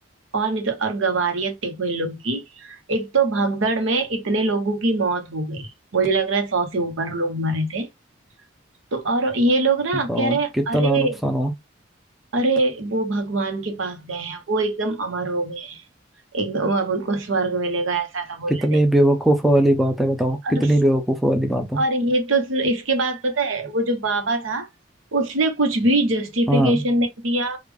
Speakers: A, on the right; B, in the centre.
A: और नहीं तो और गवारियत देखो इन लोग की एक तो भगदड़ में इतने लोगों की मौत हो गई मुझे लग रहा है सौ से ऊपर लोग मरे थे तो और ये लोग ना
B: बताओ
A: कह रहे हैं,
B: कितना
A: अरे
B: नुकसान हो
A: अरे वो भगवान के पास गए हैं वो एकदम अमर हो गए हैं एकदम अब उनको स्वर्ग मिलेगा ऐसा ऐसा बोल
B: कितनी
A: रहे थे
B: बेवकूफ़ वाली बात है बताओ
A: और
B: कितनी बेवकूफ़ वाली बात है
A: और ये तो सिर्फ- इसके बाद पता है वो जो बाबा था उसने कुछ भी जस्टिफिकेशन
B: हाँ
A: नहीं दिया